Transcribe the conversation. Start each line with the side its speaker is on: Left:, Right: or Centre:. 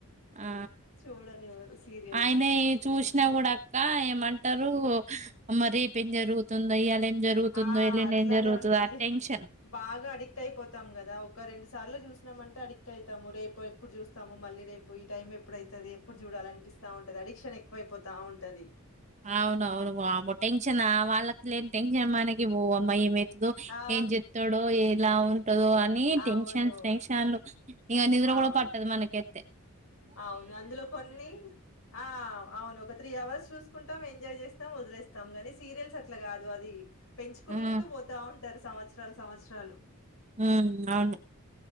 Right: ఆ
Left: చూడనివ్వరు సీరియల్స్
Right: ఆయనే చూసినా కూడా ఇంకా ఏమంటారు మరీ రీప్ జరుగుతుంది ఇయ్యాల జరుగుతుందో
Left: ఆ
Right: ఎల్లుండి
Left: అట్లానే
Right: ఏం జరుగుతుందో
Left: ఉంటది
Right: ఆ టెన్షన్
Left: బాగా అడిక్ట్ అయిపోతాం కదా ఒక రెండు సార్లు చూసినామ అంటే అడిక్ ఎట్ అవుతాము రేపు ఎప్పుడు చూస్తాము మళ్ళీ రేపు ఈ టైం ఎప్పుడువుతుది ఎప్పుడు చూడాలి అనిపిస్తా ఉంటది అడిక్షన్ ఎక్కువైపోతా ఉంటది
Right: అవును అవును బ అమ్మ టెన్షన్ వాళ్ళలేన్ టెన్షన్ మనకి పోమ్మయి
Left: ఆ
Right: ఏం చెప్తాడో ఎలా ఉంటదో అని
Left: అవును
Right: టెన్షన్ టెన్షన్లు ఇం నిద్ర
Left: అవును
Right: కూడా పట్టది మనకెత్తే
Left: అవును అందులో కొన్ని ఆ అవును ఒక త్రీ అవర్స్ చూసు తెకుంటాం ఎంజాయ్ చేస్తాం వదిలేస్తాం కానీ సీరియల్స్ అట్లా కాదు అది పెంచుకుంటూ
Right: ఉమ్
Left: పోతా ఉంటారు సంవత్సరాలు సంవత్సరాలు
Right: హ అవును